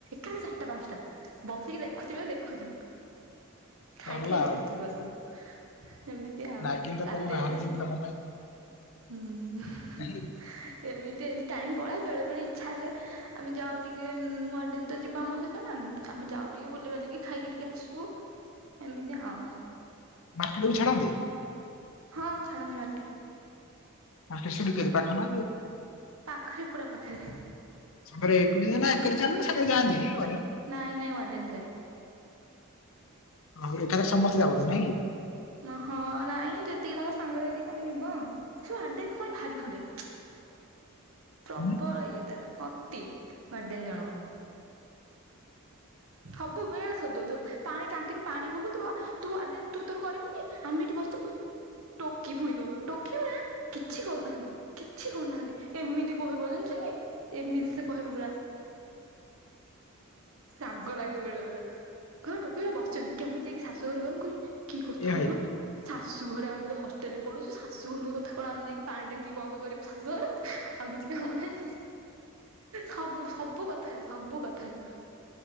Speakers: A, on the right (about 75°); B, on the left (about 65°).
A: କଲି ଚାରିଟା ପାଞ୍ଚଟା ବସିକି ଦେଖୁଥିବେ ଦେଖୁଥିବି ଖାଇ
B: ସରିଲା
A: ଖାଇ ଦେଖୁଥିବି
B: ଆଉ
A: ବସିକି। ଏମିତି ଆଉ
B: ନାଗିନ
A: ରାତିରେ
B: ତ ବାହାରିଛି
A: ସେମିତି
B: ତମ
A: ହୁଁ
B: ନା। <inaudible>
A: ଏମିତି ଏମତି ଟାଇମ୍ ପଳା ବେଳେ ବେଳେ ଇଛା ହେଲେ ଆମେ ଯାଉ ଟିକେ ମଡନ୍ ତ ଯିବ ଆମ ସହିତ ନା ଆମେ ଯାଉ ଟିକେ ବୁଲିିବାଲିକି ଖାଇକି ଟିକେ ଆସୁ ଏମିତି ଆଉ।
B: ମାର୍କେଟ କୁ ଛାଡନ୍ତି?
A: ହଁ ଛାଡନ୍ତି ମାର୍କେ।
B: ପା ସେଠ ପାଖ <inaudible>
A: ପାଖରେ ପୁରା ପାଖରେ।
B: ସର ଏକ ଜଣ ଏକ ଜଣ ନା ସ ଜାନ୍ତି। <inaudible>
A: ନାଇଁ ନାଇଁ ୱାଡ଼େନ୍ ଯାଏ।
B: ହଉ ଏକଥାରେ ସମସ୍ତେ ଯାଉଚ ନାଇଁ କି
A: ହଁ ନାଇଁ ଯେତିକି ତମ ସାଙ୍ଗରେ ଯେତିକି ତମେ ଯିବ ଆଉ। ସେ ୱାଡେନ୍ ପୁଣି ଭାରି ଖଣ୍ଡେ। ପ୍ରବଳ
B: ହୁଁ।
A: ଇଏ ତାର ଅତି ୱାଡେନ୍ ଜଣକ। ସବୁ ବେଳେ ସୋଦଉ ଥିବ ପାଣି ଟାଙ୍କିରୁ ପାଣି ବୋହୁଥିବ ତୁ ଆଟେନ୍ ତୁ ତୋର କରିବୁନି ଆମେ ଏଠି ବସିଥିବୁ ଟୋକି ପୁଣି କହିବ ଟୋକି ଗୁଡା କିଛି କରୁନାହାନ୍ତି କିଛି କରୁନାହାନ୍ତି। ଏମିତି କହିବ ଜାଣିଛନ୍ତି ଏମିତି ସେ କହିବ ପୁରା। ରାଗ ଲାଗେ ବେଳେ ବେଳେ କହିବ ଟୋକି ଗୁଡା ବସଛନ୍ତି କେମିତି ଯାଇକି ଶାଶୁ ଘର କାମ ମୁଁ କହିଲି କି କଥାଲୋ।
B: ଏ ଭାଇ
A: ଶାଶୁ ଘରେ ଆମେ ତ ହଷ୍ଟେଲେରେ ପଢୁଛୁ ଶାଶୁ ଘର କଥା କଣ ଆମେ ଯାଇକି ପାଣି ଟାଙ୍କି ବନ୍ଦ କରିଶାଶୁ। ଆଉ କିଛି କାମ ନାହିଁ ସବୁ ସବୁ କଥାରେ ସବୁ କଥାରେ।